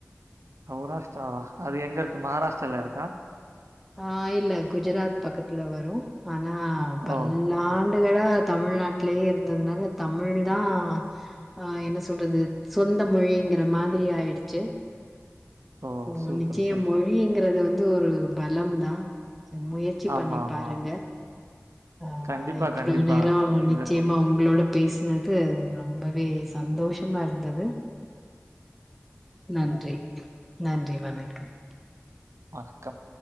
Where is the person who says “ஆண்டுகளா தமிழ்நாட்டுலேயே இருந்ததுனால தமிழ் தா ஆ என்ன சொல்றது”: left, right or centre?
Centre